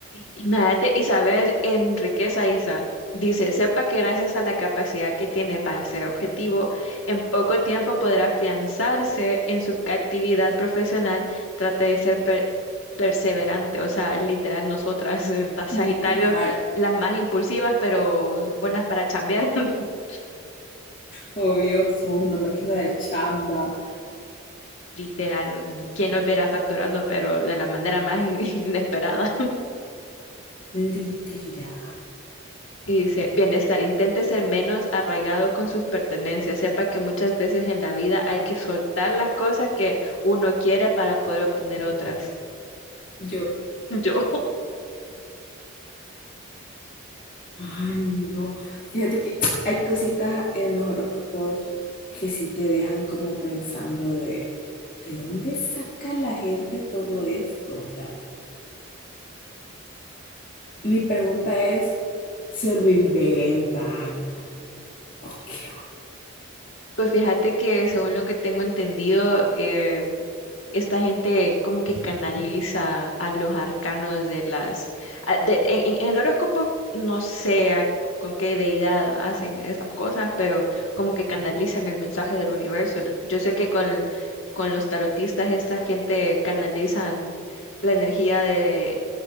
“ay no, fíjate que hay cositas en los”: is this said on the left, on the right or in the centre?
Left